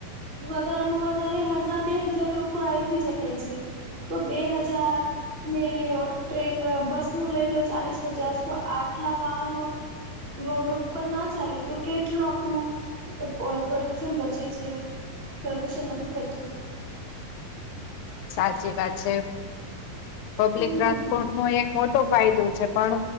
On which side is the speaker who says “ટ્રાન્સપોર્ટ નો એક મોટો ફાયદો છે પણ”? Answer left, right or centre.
Left